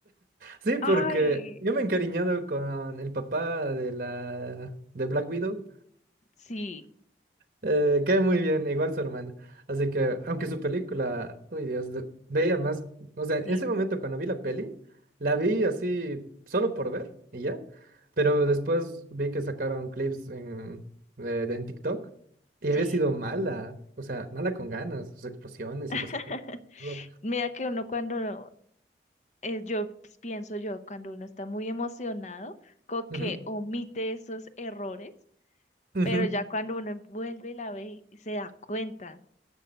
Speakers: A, on the right; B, on the left.
A: Sí, porque
B: Ay,
A: yo me he encariñado con el papá de la de Black Widow.
B: sí,
A: Eh, cae muy bien, igual su hermana. Así que, aunque su película, uy Dios, de- veía más, o sea, en
B: sí,
A: ese momento cuando vi la peli, la vi así solo por ver y ya, pero después vi que sacaron clips en, de- de- en TikTok y
B: sí.
A: había sido mala, o sea, mala con ganas, sus explosiones
B: <laughs>
A: y los efectos. todo.
B: Mira que uno cuando eh, yo pues, pienso yo, cuando uno está muy emocionado, como que
A: Ujú,
B: omite esos errores,
A: ujú,
B: pero ya cuando uno em- vuelve y la ve y se da cuenta.